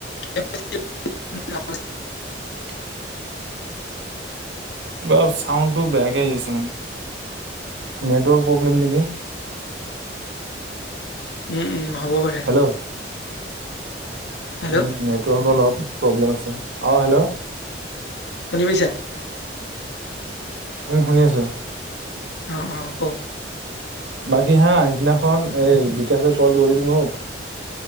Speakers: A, on the left; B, on the right.
A: টেগ
B: অ কিবা চাউণ্ডটো বেয়াকে আহি আছে মানে নেটৱৰ্ক প্ৰব্লেম নেকি
A: উম উম হ'ব পাৰে
B: উম
A: হেল্ল'
B: নেটৰ্কৰ অলপ প্ৰব্লেম আছে অ হেল্ল'
A: শুনি পাইছা
B: উম শুনি আছো
A: অ অ ক
B: বাকী হা সিদিনাখন এই বিকাশে কল কৰিল মোক